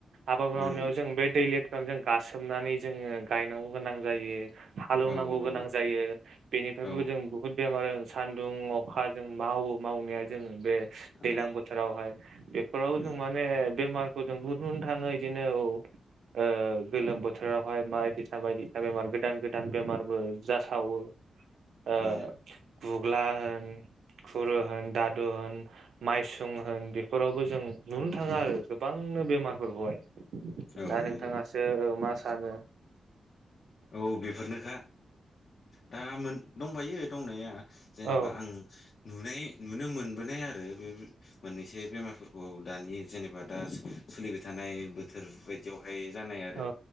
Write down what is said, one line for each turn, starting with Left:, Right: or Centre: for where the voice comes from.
Right: आबाद
Left: उम
Right: मावनायाव जों बे दै ले खौ जों गासोमनानै जोङो गायनांगौ गोनां जायो हालौनांगौ
Left: औ नंगौ
Right: गोनां जायो बेनिफ्रायबो
Left: औ
Right: जों बुहुत बेमार सान गुदुं अखा जों मावो मावनाया जोङो बे
Left: उम
Right: दैज्लां बोथोरावहाय बेफोराव
Left: उम
Right: जों माने बेमार जों <unintelligible> थाङो बिदिनो औ। ओ गोलोम बोथोरावहाय बायदिसिना बायदिसिना बेमार गोदान गोदान बेमारबो जासावो। ओ
Left: उम
Right: गुग्ला होन खुरु होन दादु होन माइसुं होन बेफोरावबो जों नुनो थाङो आरो गोबां नो बेमार खौहाइ
Left: औ
Right: दा
Left: नंगौ
Right: नोंथाङासो मा सानो?
Left: औ बेफोरनोखा दा दंबायो दंनाया जेनेबा
Right: औ
Left: आं नुनाय नुनो मोनबोनाय आरो बे मोननैसो बेमारफोरखौ दानि जेनेबा दा सोलिबाय थानाय बोथोर बायदियावहाय जानाय आरो
Right: औ